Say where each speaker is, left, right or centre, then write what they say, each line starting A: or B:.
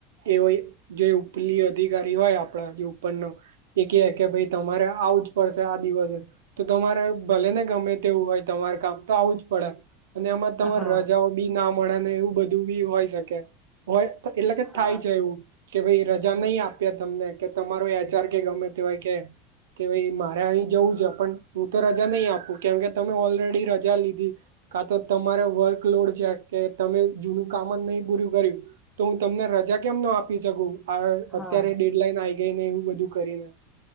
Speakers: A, on the right; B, in the centre.
A: એવ એ જે ઉપલી અધિકારી હોય આપણા, જે ઉપરનો એ કે કે ભાઈ તમારે આવુંજ પડશે આ દિવસે, તો તમારે ભલે ને ગમે તેવું હોય તમાર કામ, તો આવુંજ પડે, અને એમાં તમાર
B: હા
A: રજાઓ બી ના મળે ને એવું બધું બી હોય શકે, હોય ત એટલેકે
B: હા
A: થાય જ એવું. કે ભાઈ રજા નહીં આપ્યે તમને, કે તમારો એચ ચાર કે ગમે તેવાય કે કે ભાઈ મારે અહીં જવું છે, પણ હું તો રજા નહીં આપું, કેમ કે તમે ઓલરેડી રજા લીધી. કા તો તમારે વર્કલોડ જ્યાંકે તમે જૂનું કામ જ નહીં પૂરું કર્યું. તો હું તમને રજા કેમ ન આપી શકું, આ
B: હા
A: અત્યારે ડેડલાઈન આઇ ગઈ ને, એવું બધું કરીને.